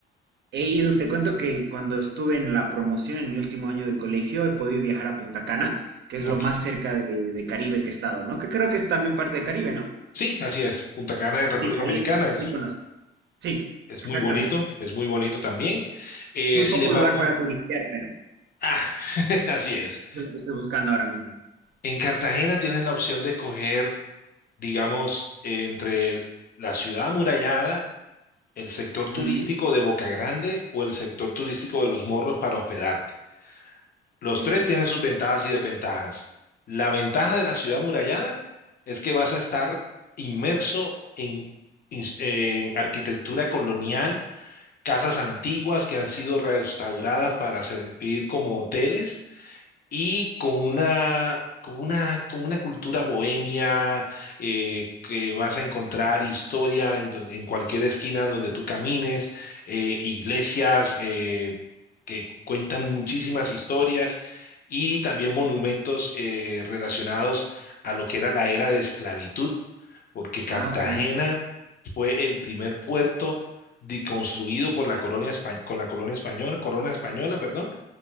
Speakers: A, on the right (about 60°); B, on the left (about 50°).
A: He ido, te cuento que cuando estuve en la promoción en mi último año de colegio, he podido viajar a Punta Cana, que es lo
B: Ok.
A: más cerca de, de Caribe que he estado, ¿no? Que creo que es también parte de Caribe, ¿no?
B: Sí, así es. Punta Cana en República
A: Sí, ahí
B: Dominicana
A: es,
B: es,
A: ahí conozco. Sí,
B: es
A: exactamente.
B: muy bonito, es muy bonito también. Eh,
A: Muy
B: sin
A: poco
B: embargo,
A: lugar para turistear, pero
B: ah, <laughs> así es.
A: es lo que estoy buscando ahora mismo.
B: En Cartagena tienes la opción de escoger digamos, entre el- la ciudad amurallada, el sector
A: Ujú,
B: turístico de Boca Grande o el sector turístico de Los Morros para hospedarte. Los
A: Ok.
B: tres tienen sus ventajas y desventajas. La ventaja de la ciudad amurallada es que vas a estar inmerso en, ins- en arquitectura colonial, casas antiguas que han sido restauradas para servir como hoteles y con una, con una, con una cultura bohemia eh, que vas a encontrar historia en, don- en cualquier esquina en donde tú camines, eh, iglesias eh, que cuentan muchísimas historias y también monumentos eh, relacionados a lo que era la era de esclavitud, porque Cartagena
A: Ah, ok.
B: fue el primer puerto de- construido por la colonia, espa- con la colonia española, corona española, perdón,